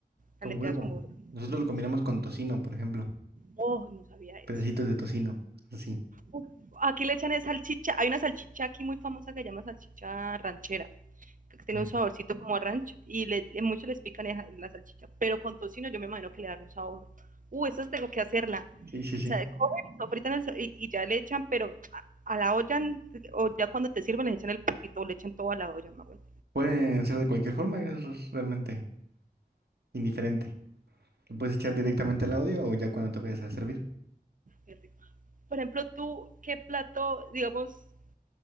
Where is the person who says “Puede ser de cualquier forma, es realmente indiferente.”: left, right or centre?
Right